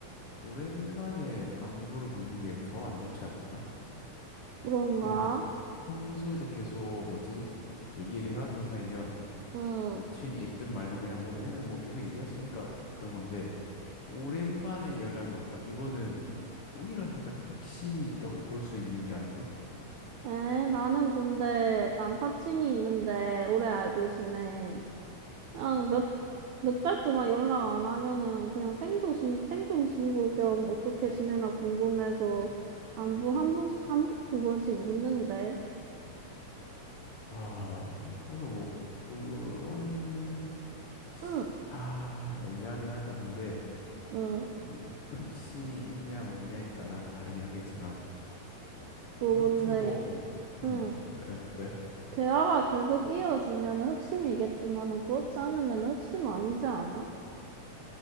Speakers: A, on the left; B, on the right.
A: 오랜만에 안부를 묻는 게 더 안 좋지 않나?
B: 그런가?
A: 그냥 평소에도 계속 뭐지? 얘기를 해왔던 사이면
B: 응.
A: 여친이 있든 말든 그냥 뭐 얘는 뭐 계속 얘기했으니까 그런 건데 오랜만에 연락이 왔다. 이거는 오히려 살짝 흑심이 있다고 볼 수 있는 게 아닌가?
B: 에, 나는 근데 남사친이 있는데 오래 알고 지낸 그냥 몇, 몇 달 동안 연락 안 하면은 그냥 생존신, 생존신고 겸 어떻게 지내나 궁금해서 안부 한 번, 한, 두 번씩 묻는데.
A: 아, 뭐로 뭐 그런
B: 응,
A: 아, 애매하긴 하다. 근데
B: 응.
A: 물- 흑심이 있냐 없냐에 따라 다르긴 하겠지만
B: 뭐
A: 그렇다고
B: 근데,
A: 뭐,
B: 응.
A: 음, 왜, 왜?
B: 대화가 계속 이어지면은 흑심이겠지만은 그렇지 않으면 흑심 아니지 않아?